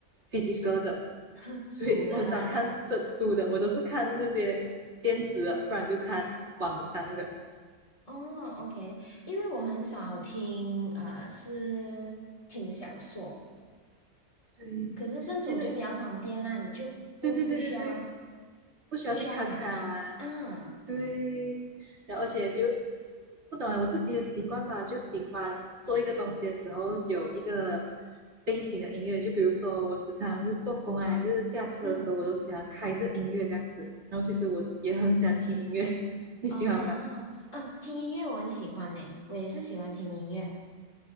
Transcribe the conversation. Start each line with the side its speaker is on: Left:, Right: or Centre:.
Right: 飞机哥的，
Left: 书 <laughs> 书的啦。
Right: 对，我很少看整书的，我都是看那些电子的，不然就看网上的。
Left: 哦，OK，因为我很少听，呃，是听小说，
Right: 对，
Left: 可是这种就比较方便啦，
Right: 其实
Left: 你就不不需要
Right: 对对对对对，不需要去看它。
Left: 不需要拿，嗯
Right: 对，然后而且就不懂啊，我自己的习惯吧，就喜欢做一个东西的时候有一个背景的音乐，就比如说我时常是做工啊，还是驾车的时候，
Left: 嗯，
Right: 我都喜欢开着音乐这样子。然后其实我也很喜欢听音乐，<laughs> 你喜欢吗？
Left: 哦，啊，听音乐我很喜欢呢，我也是喜欢听音乐，